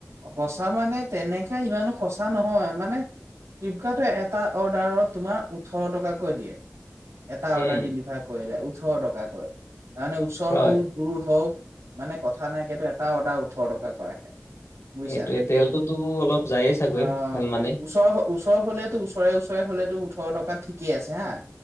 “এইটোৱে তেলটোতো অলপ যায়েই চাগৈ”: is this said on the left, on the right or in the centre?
Left